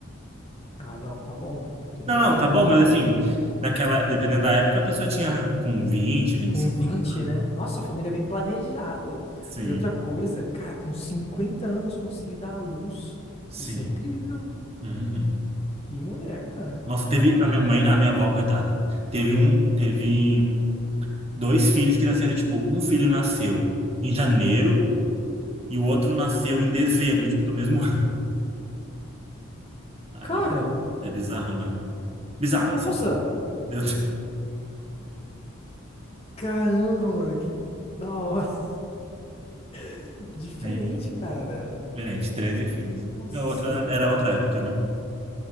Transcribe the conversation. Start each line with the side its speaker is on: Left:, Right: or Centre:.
Left: Ah, não, tá bom, pô. 30
Right: Não, não,
Left: tá legal.
Right: tá bom, mas assim, naquela, dependendo da época, a pessoa tinha com 20, 25.
Left: Com vinte
Right: né?
Left: né? Nossa, a família é bem planejada.
Right: Sim,
Left: E outra coisa, cara, com 50 anos conseguir dar à luz.
Right: sim.
Left: Isso é incrível.
Right: Uhum.
Left: Que mulher, cara.
Right: Nossa,
Left: Rapaz.
Right: teve a minha mãe, a minha avó, coitada. Teve um, teve dois filhos que nasceram, tipo, um filho nasceu em janeiro e o outro nasceu em dezembro, tipo, do mesmo ano. <laughs> Ai,
Left: Cara,
Right: é bizarro, né? Bizarro,
Left: nossa.
Right: assim, né? Meu Deus. <laughs>
Left: Caramba, mano, que da hora. <laughs> Diferente,
Right: É
Left: cara.
Right: diferente, 13 filhos.
Left: Nossa.
Right: É outra, era outra época, né?